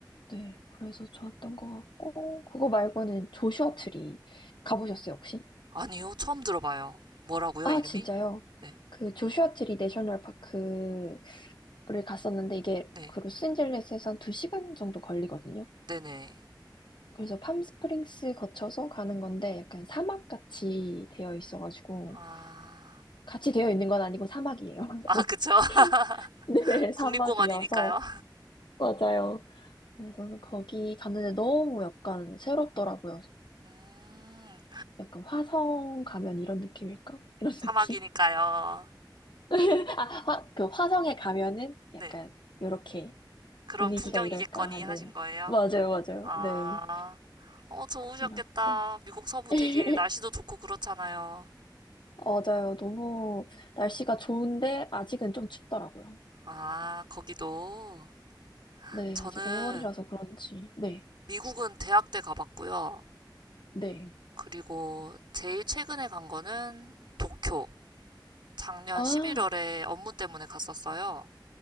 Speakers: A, on the left; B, on the right.
A: 네, 그래서 좋았던 것 같고, 그거 말고는 조슈아 트리 가보셨어요, 혹시?
B: 아니요, 처음 들어봐요. 뭐라고요,
A: 아,
B: 이름이?
A: 진짜요?
B: 네,
A: 그 조슈아 트리 내셔널 파크를 갔었는데, 이게
B: 네,
A: 그 로스앤젤레스에서 한 2시간 정도 걸리거든요.
B: 네네.
A: 그래서 팜스프링스 거쳐서 가는 건데, 약간 사막같이 되어 있어가지고,
B: 아,
A: 같이 되어 있는 건 아니고 사막이에요.
B: 아,
A: <laughs>
B: 그쵸. <laughs>
A: 네,
B: 국립공원이니까요.
A: 사막이어서. 맞아요. 그래서
B: 음,
A: 거기 갔는데 너무 약간 새롭더라고요.
B: 음,
A: 약간 화성 가면 이런 느낌일까? 이런 <laughs>
B: 사막이니까요.
A: 느낌? <laughs>
B: 음,
A: 아, 화, 그 화성에 가면은
B: 네,
A: 약간 요렇게
B: 그런
A: 분위기가
B: 풍경이겠거니
A: 이럴까 하는.
B: 하신 거예요.
A: 맞아요, 맞아요.
B: 아,
A: 네.
B: 어, 좋으셨겠다.
A: 이렇고.
B: 미국 서부
A: <laughs>
B: 되게 날씨도 좋고 그렇잖아요.
A: 맞아요. 너무 날씨가 좋은데 아직은 좀 춥더라고요.
B: 아, 거기도.
A: 네,
B: 저는
A: 아직 5월이라서 그런지. 네,
B: 미국은 대학 때 가봤고요.
A: 네.
B: 그리고 제일 최근에 간 거는 도쿄. 작년
A: 아,
B: 11월에 업무 때문에 갔었어요.